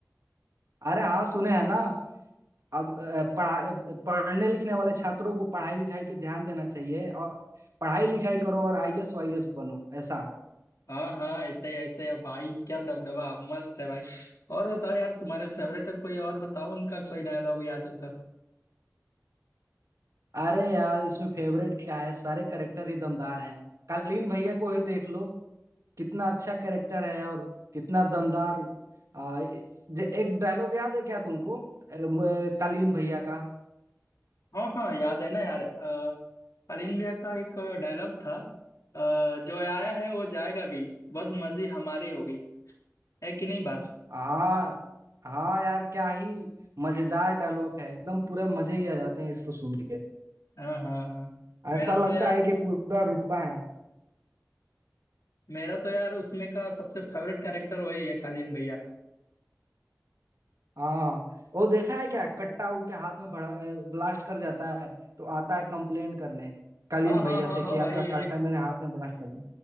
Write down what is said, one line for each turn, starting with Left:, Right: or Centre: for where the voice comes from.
Right: अरे हाँ सुने हैं ना अब अ, पढ़ा पढ़ने लिखने वाले छात्रों को पढ़ाई लिखाई पे ध्यान देना चाहिए और पढ़ाई लिखाई करो और आईएएस वाईएएस बनो ऐसा
Left: हाँ हाँ ऐसे ही ऐसे ही अब भाई क्या दबदबा मस्त है भाई और बताओ यार तुम्हारे फेवरेट है कोई और बताओ उनका कोई डायलॉग याद हो तो
Right: अरे यार इसमें फेवरेट क्या है सारे कैरेक्टर ही दमदार हैं कालीन भैया को ही देख लो कितना अच्छा कैरेक्टर है और कितना दमदार आ, जे, एक डायलॉग याद है क्या तुमको अ, म- कालीन भैया का
Left: हाँ हाँ याद है ना यार अ, शालीन भैया का एक डायलॉग था अ, जो आया है वो जाएगा भी बस मर्जी हमारी होगी है कि नहीं बात
Right: हाँ हाँ यार क्या ही मजेदार डायलॉग है एकदम पूरे मजे ही आ जाते हैं इसको सुन के
Left: हाँ हाँ हाँ मेरा
Right: ऐसा
Left: तो
Right: लगता
Left: यार
Right: है कि पूरा रुतबा है
Left: मेरा तो यार उसमें का सबसे फेवरेट कैरेक्टर वही है शालीन भैया
Right: हाँ वो देखा है क्या कट्टा उनके हाथ में भड़ा ब्लास्ट कर जाता है तो आता है कंप्लेन करने कलीन
Left: हाँ हाँ
Right: भैया
Left: हाँ
Right: से
Left: हाँ
Right: कि आपका
Left: भाई
Right: कट्टा
Left: एक
Right: मेरे हाथ में ब्लास्ट कर गया